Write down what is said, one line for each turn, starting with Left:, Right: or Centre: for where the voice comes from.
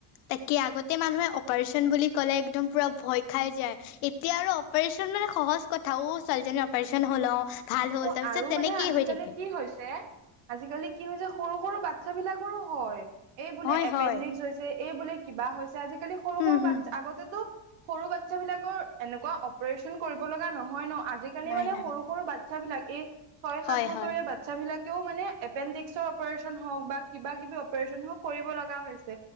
Left: তাকে আগতে মানুহে অপাৰেচন বুলি ক'লে একদম পূৰা ভয় খাই যায়। এতিয়া আৰু অপাৰেচন মানে সহজ কথা, ও ছোৱালীজনী অপাৰচন হ'ল অ'। ভাল হ'ল
Right: অ'
Left: তাৰপিছত
Right: আৰু
Left: তেনেকেই
Right: মানে আজিকালি
Left: হৈ থাকে
Right: কি হৈছে আজিকালি কি হৈছে সৰু সৰু বাচ্ছাবিলাকৰো হয়। এই বোলে
Left: হয়
Right: এপেণ্ডিক্স
Left: হয়
Right: হৈছে, এই বোলে কিবা হৈছে, আজিকালি সৰু
Left: উম
Right: সৰু
Left: হম
Right: বাচ্ছা আগতেতো সৰু বাচ্ছবিলাকৰ এনেকুৱা অপাৰেচন কৰিব লগা নহয় ন' আজি কালি
Left: নাই
Right: মানে
Left: নাই
Right: সৰু সৰু বাচ্ছাবিলাক, এই ছয় সাত
Left: হয়
Right: বছৰীয়া
Left: হয়
Right: বাচ্ছাবিলাকেও মানে এপেণ্ডিক্সৰ অপাৰেচন হও'ক বা কিবা কিবি অপাৰেচন হওঁক কৰিব লগা হৈছে।